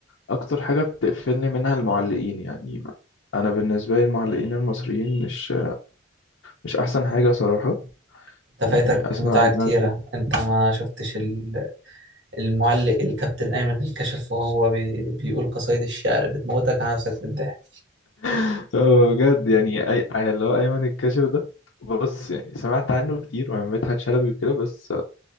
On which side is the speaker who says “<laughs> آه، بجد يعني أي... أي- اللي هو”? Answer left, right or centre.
Left